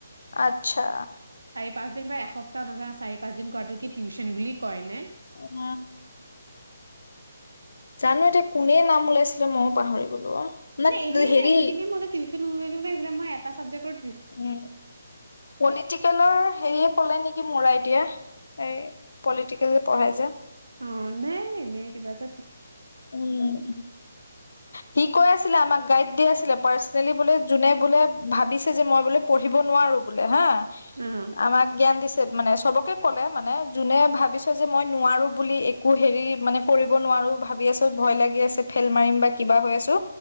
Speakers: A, on the left (about 55°); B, on the right (about 65°).
A: আচ্ছা।
B: পাঁচদিন বা এসপ্তাহ অনুষ্ঠান চাৰি পাঁচ দিন কৰাটো কি, টিউচন বুলি কয় নে
A: উম জানো এতিয়া কোনে নাম ওলাইছিলে মযো পাহৰি গলো অ। ন
B: মানে এনেই এ
A: হেৰি
B: এনেই এনেই মই যে টিউচন এই মই এটা‌‌ চাবজেকৰ
A: উ পলিটিকেলৰ হেৰিয়ে ক'লে নেকি মোৰ আইদিয়া এই পলিটিকেল পঢ়াই যে
B: অ নাই এনে কিবা ত
A: উম সি কৈ আছে। আমাক গাইড দি আছিলে পাৰ্চনেলি বোলে যোনে বোলে ভাবিছে যে মই বোলে। পঢ়িব নোৱাৰো বোলে হা
B: অ
A: আমাক জ্ঞান দিছে মানে চবকে ক'লে মানে যোনে ভাবিছ যে মই নোৱাৰো বুলি একো হেৰি মানে কৰিব নোৱাৰো ভাবি আছো ভয় লাগি আছে ফেল মাৰিম বা কিবা হৈ আছো